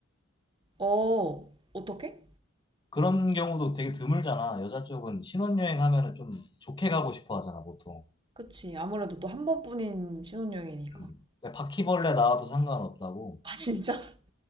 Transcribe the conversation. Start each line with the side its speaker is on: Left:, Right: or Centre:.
Right: 어, 어떻게?
Left: 그런 경우도 되게 드물잖아. 여자 쪽은 신혼여행 하면은 좀 좋게 가고 싶어 하잖아, 보통.
Right: 그치. 아무래도 또 한 번뿐인 신혼여행이니까.
Left: 음. 그 바퀴벌레 나와도 상관없다고.
Right: 아, 진짜? <laughs>